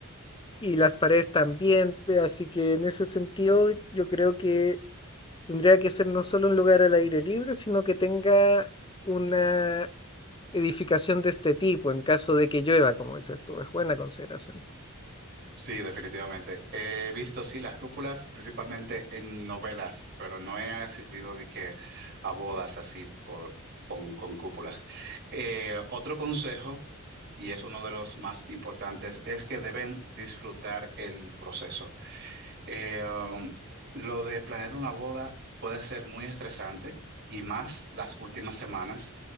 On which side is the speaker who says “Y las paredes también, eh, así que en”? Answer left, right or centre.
Left